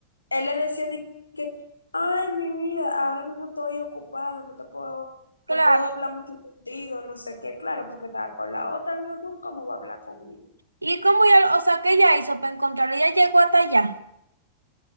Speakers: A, on the left; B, on the right.
A: él le decía de que, ay, mi vida, ahora mismo estoy ocupado, no te puedo,
B: claro.
A: no puedo hablar mucho contigo, no sé qué, claro, porque estaba con la otra, mi amor, ¿cómo voy a hablar con ella?
B: ¿Y cómo ya, o sea, qué ella hizo para encontrarlo? Ella llegó hasta allá.